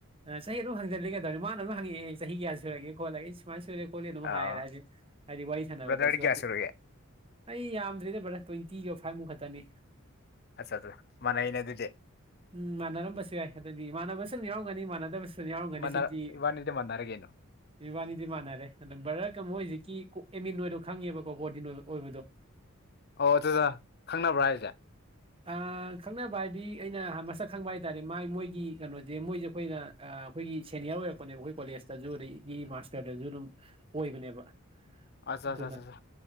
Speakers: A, on the right; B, on the left.
A: ꯑ ꯆꯍꯤ ꯑꯗꯨꯝ ꯍꯪꯖꯤꯜꯜꯂꯤꯒꯗꯧꯅꯤ ꯃꯥꯅ ꯑꯗꯨꯝ ꯍꯪꯉꯑꯦ ꯆꯍꯤꯌꯥ ꯁꯨꯔꯒꯦ ꯈꯣꯠꯂꯒꯦ ꯁꯨꯥꯏ ꯁꯨꯔꯦ ꯈꯣꯂꯤꯅ ꯑꯃꯝꯛ
B: ꯑ
A: ꯍꯥꯏꯌꯦꯔ ꯍꯥꯏꯗꯤ ꯍꯥꯏꯗꯤ ꯋꯥꯔꯤ ꯁꯥꯟꯅꯕꯗꯁꯨ
B: ꯕ꯭ꯔꯗꯔꯗꯤ ꯀꯌꯥ
A: ꯍꯥꯏꯗꯤ
B: ꯁꯨꯔꯒꯦ
A: ꯑꯩ ꯌꯥꯝꯗ꯭ꯔꯦꯗ ꯕ꯭ꯔꯥ ꯇ꯭ꯋꯦꯟꯇꯤꯒ ꯐꯥꯏꯚꯃꯨꯛ ꯈꯛꯇꯅꯤ
B: ꯑꯠꯆꯥ ꯑꯠꯆꯥ ꯃꯥꯟꯅꯩꯅꯦ ꯑꯗꯨꯗꯤ
A: ꯎꯝ ꯃꯥꯟꯅꯔꯝꯕꯁꯨ ꯌꯥꯏ ꯑꯗꯨꯗꯤ ꯏꯃꯥꯟꯅꯕꯁꯨ ꯑꯗꯨꯝ ꯌꯥꯎꯔꯝꯒꯅꯤꯃꯥꯟꯅꯗꯕꯁꯨ ꯑꯗꯨꯝ ꯌꯥꯎꯔꯝꯒꯅꯤ
B: ꯃꯥꯟꯅ
A: ꯁꯤꯗꯤ
B: ꯏꯕꯥꯅꯤꯗꯤ ꯃꯥꯟꯅꯔꯦ ꯀꯩꯅꯣ
A: ꯏꯕꯥꯅꯤꯗꯤ ꯃꯥꯟꯅꯔꯦ ꯑꯣ ꯕꯔꯀ ꯃꯣꯏ ꯍꯧꯖꯤꯛꯀꯤ ꯑꯦꯃꯤꯟꯣꯏꯗꯣ ꯈꯪꯉꯦꯕꯀ ꯀꯣ ꯀꯣꯔꯣꯗꯤꯟꯣꯏ ꯑꯣꯏꯕꯗꯣ
B: ꯑꯣ ꯑꯗꯨ ꯈꯪꯅꯕ꯭ꯔꯥ ꯍꯥꯏꯁꯦ
A: ꯑꯥ ꯈꯪꯅꯕ ꯍꯥꯏꯗꯤ ꯑꯩꯅ ꯃꯁꯛ ꯈꯪꯕ ꯍꯥꯏꯇꯥꯔꯦ ꯃꯒꯤ ꯃꯣꯏꯒꯤ ꯀꯩꯅꯣꯁꯦ ꯃꯣꯏꯁꯦ ꯑꯩꯈꯣꯏꯅ ꯑꯩꯈꯣꯏꯒꯤ ꯁꯦꯅꯤꯌꯔ ꯑꯣꯏꯔꯛꯄꯅꯦꯕ ꯑꯩꯈꯣꯏ ꯀꯣꯂꯦꯖꯇꯖ ꯑꯩꯒꯤ ꯃꯥꯁꯇꯔꯗꯖ ꯑꯗꯨꯝ ꯑꯣꯏꯕꯅꯦꯕ
B: ꯑꯠꯆꯥ
A: ꯑꯗꯨꯅ
B: ꯑꯠꯆꯥ ꯑꯠꯆꯥ ꯑꯠꯆꯥ